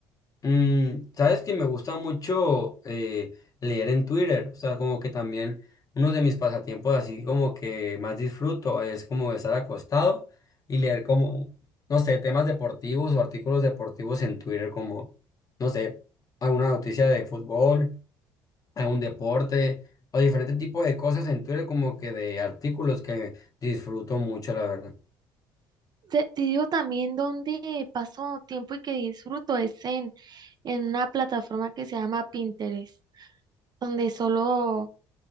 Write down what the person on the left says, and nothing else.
Mm, sabes que me gusta mucho eh, leer en Twitter, o sea, como que también uno de mis pasatiempos así como que más disfruto es como estar acostado y leer como, no sé, temas deportivos o artículos deportivos en Twitter como, no sé, alguna noticia de fútbol algún deporte o diferentes tipos de cosas en Twitter, como que de artículos que disfruto mucho, la verdad.